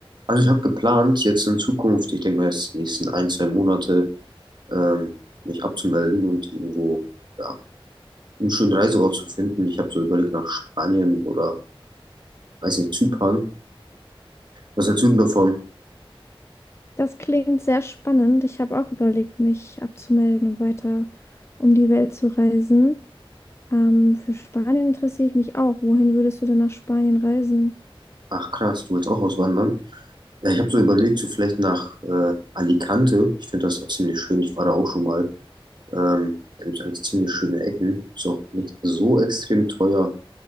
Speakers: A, on the right; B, on the left.
A: Also ich habe geplant, jetzt in Zukunft, ich denke mal jetzt die nächsten ein, zwei Monate, ähm, mich abzumelden und irgendwo, ja, einen schönen Reiseort zu finden. Ich habe so überlegt nach Spanien oder, ich weiß nicht, Zypern. Was hältst du denn davon?
B: Das klingt sehr spannend. Ich habe auch überlegt, mich abzumelden und weiter um die Welt zu reisen. Ähm, für Spanien interessiere ich mich auch. Wohin würdest du denn nach Spanien reisen?
A: Ach krass, du willst auch auswandern? Ja, ich habe so überlegt, so vielleicht nach äh, Alicante. Ich finde das da ziemlich schön. Ich war da auch schon mal. Ähm, da gibt es eigentlich ziemlich schöne Ecken. Ist auch nicht so extrem teuer.